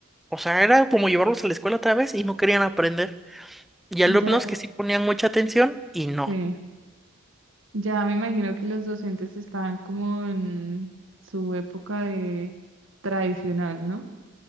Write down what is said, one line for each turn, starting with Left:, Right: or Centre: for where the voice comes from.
Centre: O sea, era como llevarlos a la escuela otra vez y no querían aprender. Y alumnos
Right: Ya,
Centre: que sí ponían mucha atención y no.
Right: sí, ya me imagino que los docentes están como en su época de tradicional, ¿no?